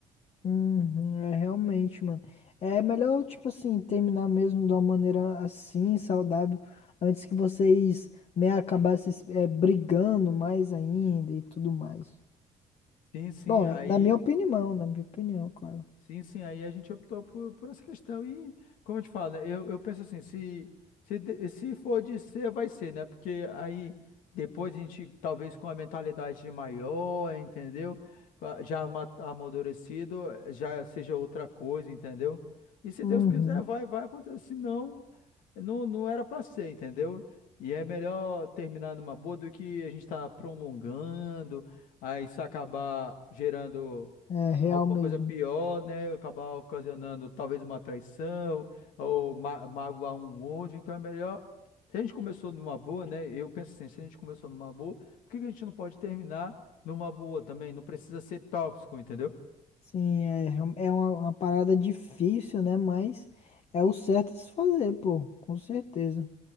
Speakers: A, on the left (about 50°); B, on the left (about 85°).
A: Uhum, é realmente, mano. É melhor, tipo assim, terminar mesmo de uma maneira assim, saudável, antes que vocês, né, acabassem, é, brigando mais ainda e tudo mais.
B: Sim, sim.
A: Bom,
B: Aí
A: é- na minha opinião, na minha opinião, claro.
B: Sim, sim, aí a gente optou por, por essa questão. E, como eu te falo, né, eu, eu penso assim, se, se, de- se for de ser, vai ser, né? Porque aí depois a gente, talvez com a mentalidade maior, entendeu? Com a- Já ama- amadurecido, eh, já seja outra coisa, entendeu? E se
A: Uhum.
B: Deus quiser, vai, vai acontecer. Se não, não, não era pra ser, entendeu? E é melhor terminar numa boa do que a gente tá prolongando, aí isso acabar gerando
A: É real
B: alguma
A: mesmo.
B: coisa pior, né? Acabar ocasionando talvez uma traição ou ma magoar um outro. Então é melhor. Se a gente começou numa boa, né? Eu penso assim, se a gente começou numa boa, por que que a gente não pode terminar numa boa também? Não precisa ser tóxico, entendeu?
A: Sim, é, real- é uma, uma parada difícil, né? Mas é o certo a se fazer, pô, com certeza.